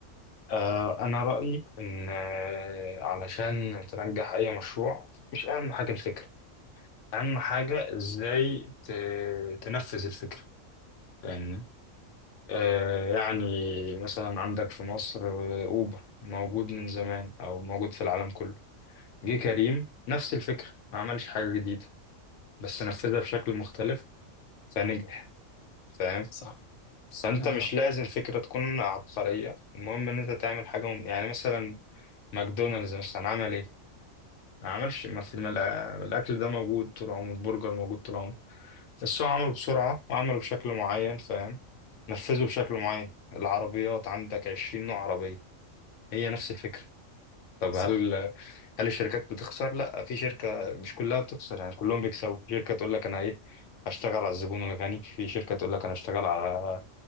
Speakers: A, on the left (about 70°); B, on the left (about 50°).
A: آه، أنا رأيي إن آه، علشان تنجح أي مشروع مش أهم حاجة الفكرة اهم حاجه ازاي ت... تنفذ الفكره يعني آه يعني مثلا عندك في مصر آه، اوبر موجود من زمان او موجود في العالم كله جه كريم نفس الفكره ما عملش حاجه جديده بس نفذها بشكل مختلف فنجح فاهم
B: صح
A: فانت
B: كلامك
A: مش لازم فكره تكون عبقريه المهم ان انت تعمل حاجه مم... يعني مثلا ماكدونالدز مثلا عمل ايه ما عملش ما في ما الأ- الاكل ده موجود طول عمره البرجر موجود طول عمره بس هو عمله بسرعة وعمله بشكل معين فاهم نفذه بشكل معين العربيات عندك 20 نوع عربية هي نفس الفكرة طب
B: صح
A: هل هل الشركات بتخسر؟ لا في شركة مش كلها بتخسر يعني كلهم بيكسبوا في شركة تقول لك أنا إيه هشتغل على الزبون الغني في شركة تقول لك أنا هشتغل على